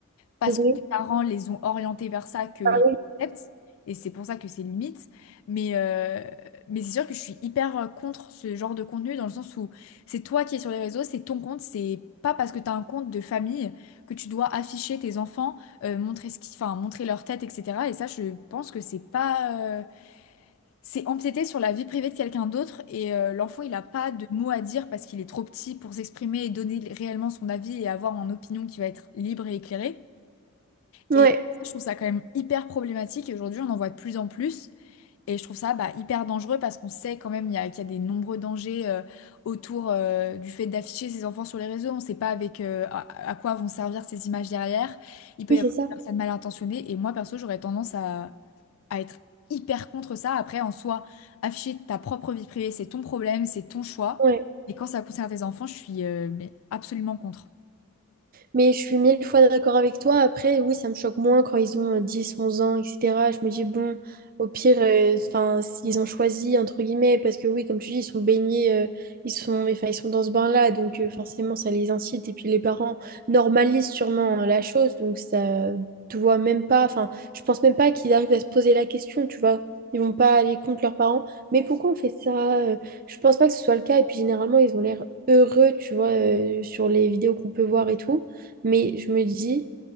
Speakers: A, on the left; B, on the right.
A: parce
B: Ouais.
A: que les parents les ont orientés vers ça qu'ils
B: Ah oui.
A: acceptent. Et c'est pour ça que c'est limite. Mais, euh, mais c'est sûr que je suis hyper euh, contre ce genre de contenu dans le sens où c'est toi qui es sur les réseaux, c'est ton compte, c'est pas parce que tu as un compte de famille que tu dois afficher tes enfants, euh, montrer ce qui, enfin, montrer leur tête, etc. Et ça, je pense que c'est pas, euh, c'est empiéter sur la vie privée de quelqu'un d'autre et euh, l'enfant, il n'a pas de mots à dire parce qu'il est trop petit pour s'exprimer et donner réellement son avis et avoir une opinion qui va être libre et éclairée.
B: Ouais.
A: Et ça, je trouve ça quand même hyper problématique. Et aujourd'hui, on en voit de plus en plus. Et je trouve ça bah, hyper dangereux parce qu'on sait quand même il y a- qu'il y a des nombreux dangers euh, autour euh, du fait d'afficher ses enfants sur les réseaux. On ne sait pas avec euh, à, à quoi vont servir ces images derrière. Il peut
B: Oui,
A: y
B: c'est
A: avoir
B: ça.
A: des personnes mal intentionnées. Et moi, perso, j'aurais tendance à, à être hyper contre ça. Après, en soi, afficher ta propre vie privée, c'est ton problème, c'est ton choix.
B: Ouais.
A: Et quand ça concerne tes enfants, je suis euh, mais absolument contre.
B: Mais je suis mille fois d'accord avec toi. Après, oui, ça me choque moins quand ils ont euh, 10, 11 ans, etc. Je me dis, bon, au pire, euh, enfin, ils ont choisi, entre guillemets, parce que oui, comme tu dis, ils sont baignés, euh, ils sont, enfin, ils sont dans ce bain-là, donc euh, forcément, ça les incite. Et puis les parents normalisent sûrement euh, la chose, donc ça doit même pas, enfin, je pense même pas qu'ils arrivent à se poser la question, tu vois. Ils vont pas aller contre leurs parents. Mais pourquoi on fait ça? Euh, Je pense pas que ce soit le cas. Et puis généralement, ils ont l'air heureux, tu vois, euh, sur les vidéos qu'on peut voir et tout. Mais je me dis,